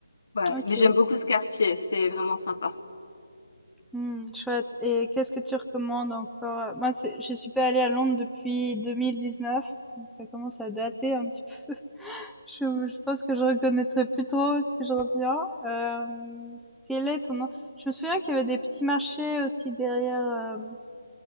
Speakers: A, on the left; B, in the centre.
A: Ouais,
B: OK.
A: mais j'aime beaucoup ce quartier, c'est vraiment sympa.
B: Mmh, chouette et qu'est-ce que tu recommandes encore? Moi, c'est je suis pas allée à Londres depuis 2019, donc ça commence à dater un petit Je je pense que je reconnaîtrais plutôt si je reviens. Hem, quel est ton nom je me souviens qu'il y avait des petits marchés aussi derrière, hem,